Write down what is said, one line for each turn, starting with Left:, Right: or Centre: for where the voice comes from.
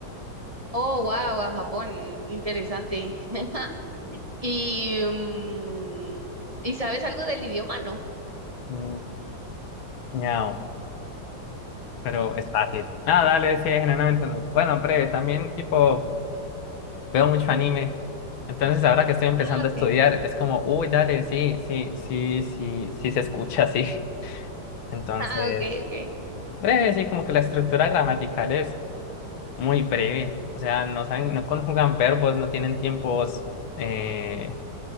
Right: Oh, wow, a Japón, interesante. <laughs> Y, mm, ¿y sabes algo del idioma, no?
Left: Mm, miau, pero es fácil. Ah, dale, sí, generalmente no. Bueno, breve, también tipo veo mucho anime, entonces ahora que estoy empezando
Right: Ah, okay.
Left: a estudiar es como, uy, dale, sí, sí, sí, sí, sí se escucha así. <laughs> Entonces...
Right: Ah, okay, okay.
Left: Breve, sí, como que la estructura gramatical es muy breve. O sea, no saben, no conjugan verbos, no tienen tiempos eh,